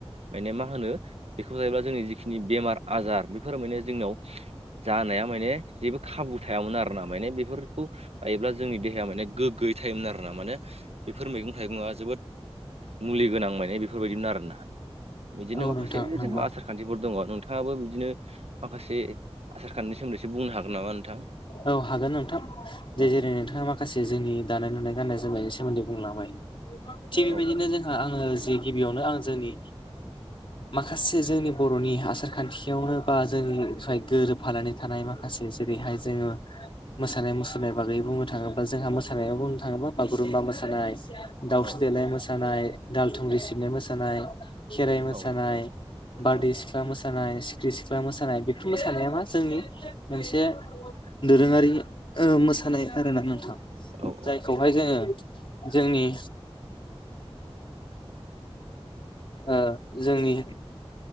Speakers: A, on the right; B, on the left.
A: माने मा होनो बेखौ जायोब्ला जोंनि जिखिनि बेमार आजार बेफोरो माने जोंनाव जानाया माने जेबो खाबु थायामोन आरोना माने बेफोरखौ जायोब्ला जोंनि देहाया माने गोग्गयै थायोमोन आरोना माने बेफोर मैगं थाइगंआ जोबोद मुलि गोनां माने बेफोरबायदिमोन आरोना बिदिनो
B: औ
A: माखासे
B: नोंथां नंगौ
A: जोंहा आसा खान्थिफोर दङ नोंथाङाबो बिदिनो माखासे आसार खान्थिनि सोमोन्दै एसे बुंनो हागोन नामा नोंथां?
B: औ हागोन नोंथां जे
A: औ
B: जेरै नोंथाङा मा खासे जोंनि दानाय लुनाय गान्नाय जोमनायनि सोमोन्दै बुंलांबाय थिग बेबायदिनो
A: औ
B: जोंहा आङो जि गिबियावनो आं जोंनि माखासे जोंनि बर'नि आसार खान्थियावनो बा जोंनिफ्राय गोरोबफानानै थानाय माखासे जेरैहाय जोङो मोसानाय मुसुरनाय बागै बुंनो थाङोब्ला जोंहा मोसानायाव बुंनो थाङोब्ला बागुरुम्बा मोसानाय दावस्रिदेलाय
A: औ
B: मोसानाय दाल थुंग्रि सिबनाय मोसानाय खेराइ मोसानाय
A: औ
B: बारदै
A: औ
B: सिख्ला मोसा मोसानाय सिखिरि सिख्ला मोसानाय बेफोर मोसानाया मा जोंनि मोनसे दोरोङारि ओ मोसानाय आरोना नोंथां
A: औ
B: जायखौ बहाय जोङो जोंनि ओ जोंनि